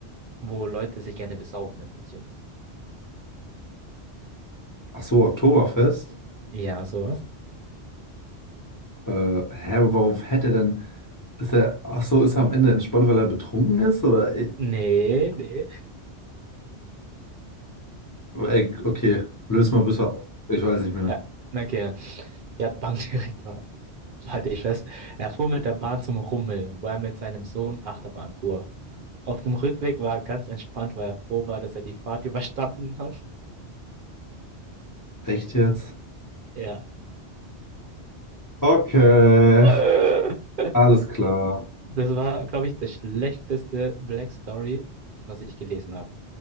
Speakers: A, on the right (about 60°); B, on the left (about 25°).
A: wo Leute sich gerne besaufen in München.
B: Ach so, Oktoberfest?
A: Ja, sowas.
B: Äh, hä, aber worauf hätte er denn? Ist er, ach so, ist er am Ende entspannt, weil er betrunken ist? Oder? Ey,
A: Nee, nee.
B: ey, okay, löst mal bitte auf. Ich weiß nicht mehr.
A: Ja, okay. Der Bankdirektor, <laughs> halte ich fest, er fuhr mit der Bahn zum Rummel, wo er mit seinem Sohn Achterbahn fuhr. Auf dem Rückweg war er ganz entspannt, weil er froh war, dass er die Fahrt <laughs> überstanden hat.
B: Echt jetzt?
A: Ja.
B: Okay,
A: <laughs>
B: alles klar.
A: Das war, glaube ich, das schlechteste Black Story, was ich gelesen habe.